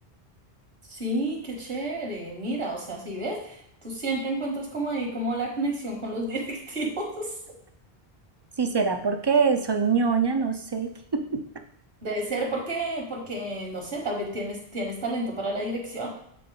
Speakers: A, on the right; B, on the right.
A: Sí, qué chévere. Mira, o sea, si ves, tú siempre encuentras como ahí como la conexión con los <laughs> directivos.
B: Si será porque soy ñoña, no sé. <laughs>
A: Debe ser porque, porque, no sé, tal vez tienes, tienes talento para la dirección.